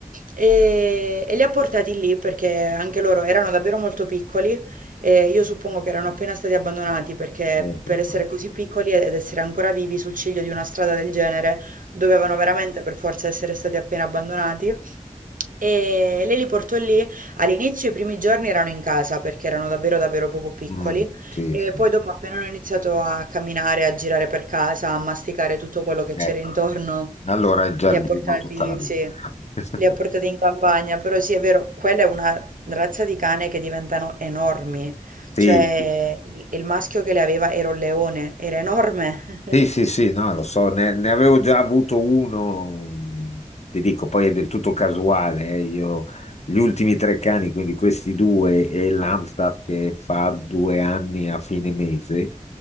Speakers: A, on the right; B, on the left.
A: e, e li ha portati lì perché anche loro erano davvero molto piccoli e io suppongo che erano appena stati abbandonati perché
B: è probabile.
A: per essere così piccoli ed essere ancora vivi sul ciglio di una strada del genere dovevano veramente per forza essere stati appena abbandonati. E lei li portò lì. All'inizio, i primi giorni erano in casa perché erano davvero, davvero proprio piccoli.
B: Mm, sì,
A: E
B: sì,
A: poi, dopo,
B: sì.
A: appena hanno iniziato a camminare, a girare per casa, a masticare tutto quello che
B: Ecco,
A: c'era intorno,
B: allora il giardino
A: li ha portati,
B: tutta la vita.
A: sì,
B: <laughs>
A: li ha portati in campagna. Però, sì, è vero, quella è una razza di cane che diventano enormi.
B: Sì,
A: Cioè,
B: sì,
A: il il maschio che le aveva era un leone, era enorme, <laughs>
B: Sì, sì, sì, no, lo so, ne, ne avevo già avuto uno, mh, ti dico, poi è del tutto casuale, eh, Io gli ultimi tre cani, quindi questi due e l'Amstaff che fa due anni a fine mese,